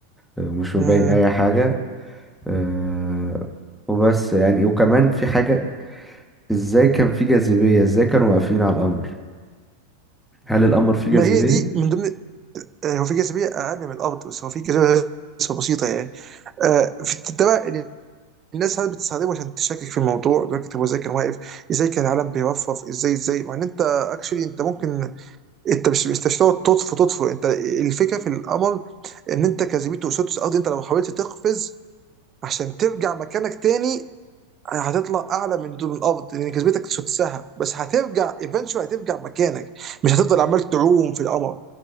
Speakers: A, in the centre; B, on the right (about 25°).
A: آه، ومش
B: مم.
A: مبين أي حاجة آه، وبس يعني وكمان في حاجة ازاي كان في جاذبية ازاي كانوا واقفين على القمر هل القمر فيه جاذبية
B: ما هي دي من ضمن آه، هو في جاذبيه اقل من الارض بس هو في جاذبيه بس بسيطه يعني آه، في ده بقى اللي الناس ساعات بتستخدمه عشان تشكك في الموضوع دلوقتي طب ازاي كان واقف ازاي كان العالم بيرفرف ازاي ازاي مع ان انت اكشلي انت ممكن انت مش مش تقعد تطفو تطفو انت الفكره في القمر ان انت جاذبيته سدس الارض انت لو حاولت تقفز عشان ترجع مكانك تاني هتطلع اعلى من دول من الارض لان كسبتك تسدسها بس هترجع ايفنشوال هترجع مكانك مش هتفضل عمال تعوم في القمر